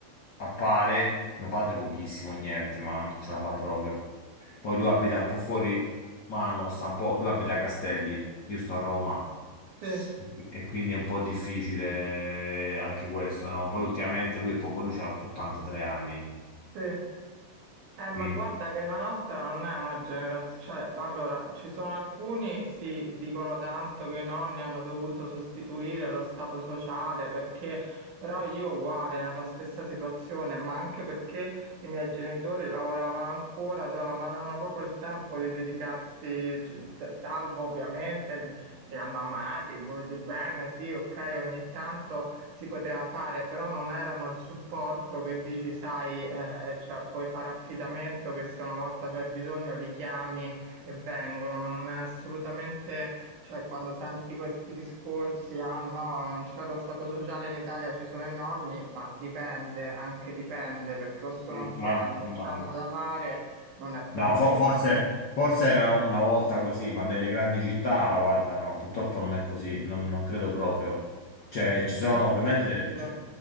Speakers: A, on the left; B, on the right.
A: appare, mio padre pochissimo, niente, ma non ce la fa
B: Sì,
A: proprio. Poi lui abita un po' fuori mano, sta un po', lui abita a Castelli, io sto a Roma
B: sì,
A: e qui- e quindi è un po' difficile anche questo, no? Poi ultimamente lui è poco, lui ha 83 anni,
B: sì. Eh, ma
A: quindi...
B: guarda che la nostra non è una generazione, cioè, allora, ci sono alcuni, sì, dicono tanto che i nonni hanno dovuto sostituire lo stato sociale perché, però io uguale, nella stessa situazione, ma anche perché i miei genitori lavoravano ancora, cioè non avevano proprio il tempo di dedicarsi, c- se- salvo ovviamente Li hanno amati, voluti bene, sì, ok, ogni tanto si poteva fare, però non erano il supporto che dici, sai, eh, cioè puoi fare affidamento che se una volta c'hai bisogno li chiami e vengono. Non è assolutamente, cioè quando senti questi discorsi, ah no, non c'è lo stato sociale in Italia, ci sono i nonni, ma dipende, anche dipende, perché o sono
A: mm,
B: anziani,
A: Ma, mamma.
B: o c'hanno da fare, non è proprio
A: No, fo-
B: detto.
A: forse, forse era una volta così, ma nelle grandi città, guarda, no, purtroppo non è così, non, non credo proprio. Cioè,
B: Impossibile.
A: ci sono ovviamente, cioè,